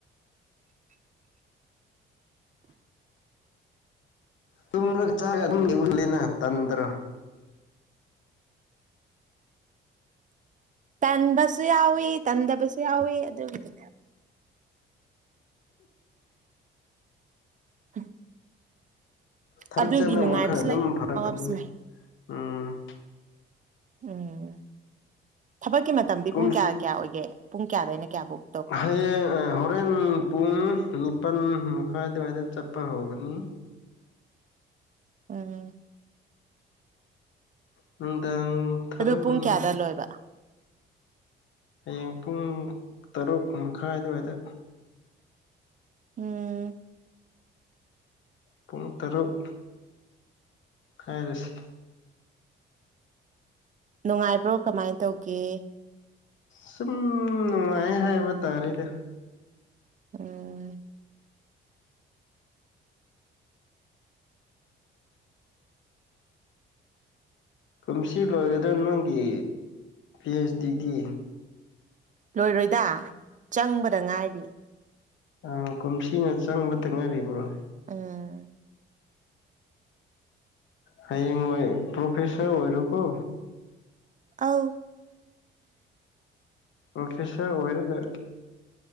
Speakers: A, on the left; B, on the right.
A: ꯇꯨꯝꯔꯛ ꯆꯥꯒ ꯑꯗꯨꯝꯒꯤ ꯂꯩꯕꯅꯤꯅ ꯇꯟꯗ꯭ꯔꯣ
B: ꯇꯟꯕꯁꯨ ꯌꯥꯎꯏ ꯇꯟꯗꯕꯁꯨ ꯌꯥꯎꯋ ꯑꯗꯨꯒꯤꯗꯤ ꯎꯝ
A: ꯊꯕꯛ
B: ꯑꯗꯨꯒꯤ
A: ꯆꯠꯄꯅ
B: ꯅꯨꯡꯉꯥꯏꯕꯁꯨ
A: ꯋꯥꯈꯜ ꯑꯗꯨꯝ
B: ꯂꯩ
A: ꯐꯔꯛꯄꯅꯤꯅꯦ
B: ꯑꯋꯥꯕꯁꯨ ꯂꯩ
A: ꯎꯝ
B: ꯎꯝ ꯊꯕꯛꯀꯤ ꯃꯇꯝꯗꯤ
A: ꯀꯨꯝ
B: ꯄꯨꯡ ꯀꯌꯥ ꯀꯌꯥ ꯑꯣꯏꯒꯦ ꯄꯨꯡ ꯀꯌꯥꯗ ꯑꯩꯅ ꯀꯌꯥꯕꯨꯧꯛ
A: ꯍꯌꯦꯡ ꯍꯣꯔꯦꯟ ꯄꯨꯡ ꯆꯞꯄꯜ ꯃꯈꯥꯏ ꯑꯗꯨꯋꯥꯏꯗ ꯆꯠꯄ ꯍꯧꯒꯅꯤ
B: ꯎꯝ
A: ꯅꯨꯡꯗꯥꯪ ꯊꯕꯛ
B: ꯑꯗꯨ ꯄꯨꯡ
A: ꯃꯤꯅꯦ
B: ꯀꯌꯥꯗ ꯂꯣꯏꯕ
A: ꯍꯌꯦꯡ ꯄꯨꯡ ꯇꯔꯨꯛ ꯃꯈꯥꯏ ꯑꯗꯨꯋꯥꯏꯗ
B: ꯎꯝ
A: ꯄꯨꯡ ꯇꯔꯨꯛ ꯍꯥꯏꯔꯁꯤꯦ
B: ꯅꯨꯡꯉꯥꯏꯕ꯭ꯔꯣ ꯀꯃꯥꯏ ꯇꯧꯒꯦ
A: ꯁꯨꯝ ꯅꯨꯡꯉꯥꯏ ꯍꯥꯏꯕ ꯇꯥꯔꯦꯗꯤ
B: ꯎꯝ
A: ꯀꯨꯝꯁꯤ ꯂꯣꯏꯒꯗ꯭ꯔ ꯅꯪꯒꯤ ꯁ ꯗꯗꯤ
B: ꯂꯣꯏꯔꯣꯏꯗ ꯆꯪꯕꯗ ꯉꯥꯏꯔꯤ
A: ꯑ ꯀꯨꯝꯁꯤꯅ ꯆꯪꯕꯇꯪꯅꯥꯏꯔꯤꯕ꯭ꯔꯣ
B: ꯎꯝ
A: ꯍꯌꯦꯡꯣꯏ ꯄ꯭ꯔꯣꯐꯦꯁꯔ ꯑꯣꯏꯔꯀꯣ
B: ꯑꯥꯎ
A: ꯔꯈꯦꯁ ꯑꯣꯏꯔ ꯀ